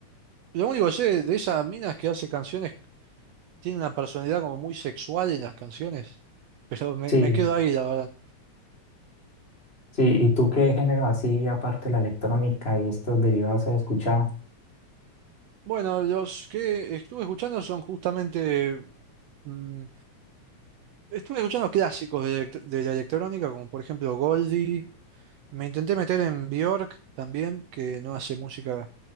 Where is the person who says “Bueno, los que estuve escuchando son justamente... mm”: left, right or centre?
Right